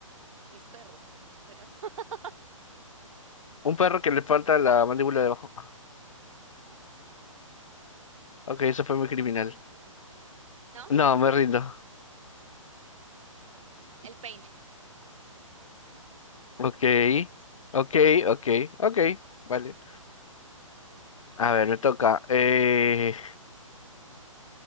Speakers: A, on the right; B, on the left.
A: mis perros, pero <laughs>
B: un perro que le falta la mandíbula de abajo. Ah, Ok, eso fue muy criminal.
A: no.
B: No, me rindo.
A: El peine.
B: Ok, ok, ok, ok. Vale. A ver, me toca. Eh,